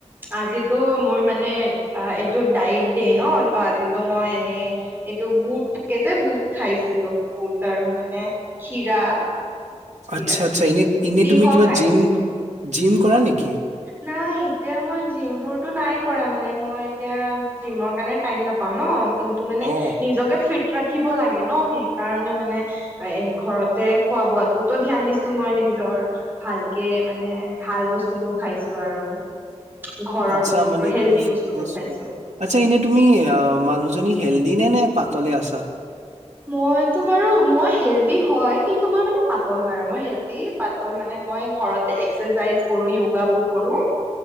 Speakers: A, on the right (about 15°); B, on the right (about 75°).
A: আজিতো মোৰ মানে অ এইটো ডাইট দে ন ত আজিতো মই এনেই এইটো বুট থাকে যে বুট খাইছিলো বুত আৰু মানে খিৰা, খিৰা
B: আচ্ছা আচ্ছা এনে ইনে
A: তিয়হ
B: তুমি কিবা
A: খাইছিলো
B: জিম, জিম কৰা নেকি?
A: নাই এতিয়া মই জিম বোৰতো নাই কৰা মানে মই এতিয়া জিমৰ কাৰণে টাইম নাপাও ন। কিন্তু মানে
B: অ
A: নিজকে ফিট ৰাখিব লাগে ন সেইকাৰণে মানে এ ঘৰত খোৱা বোৱাতোতো ধিয়ান দিছো মই নিজৰ ভালকে মানে ভাল বস্তু বোৰ। <inaudible> ঘৰৰ
B: আচ্ছা
A: বস্তু
B: মানে
A: বোৰ হেলডি
B: তুমি ফিটনেছ
A: বস্তু বোৰ খাইছোঁ।
B: আচ্ছা এনে তুমি অ মানুহজনী হেল্ডি নে নে পাতলে আছা?
A: মইতো বাৰু মই হেল্ডি হয় কিন্তু মই মানে পাতল হয় আৰু মই হেল্ডি পাতল মানে মই ঘৰতে এক্সাৰচাইজ কৰো য়োগ বোৰ কৰো।